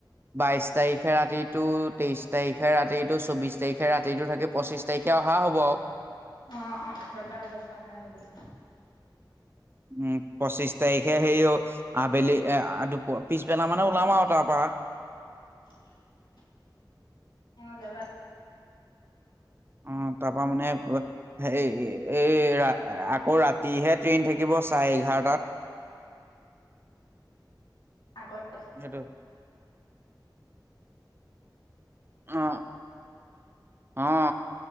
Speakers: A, on the right; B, on the left.
A: বাইশ তাৰিখে ৰাতিতো তেইশ তাৰিখে ৰাতিটো চৌবিশ তাৰিখে ৰাতিটো থাকি পঁচিছ তাৰিকে অহা হ'ব আউ
B: অ অ যাবা যাবা ভাল গলে
A: উম পঁচিশ তাৰিখে সেই অ আবেলি এ দুপ পিছবেলা মানে ওলাম আউ তা পা
B: <unintelligible> অ যাবা
A: অ তা পা মানে হে এই ৰা আকৌ ৰাতিহে ট্ৰেইন থাকিব চাৰে এঘাৰটাত
B: আগত
A: সেটো অ অ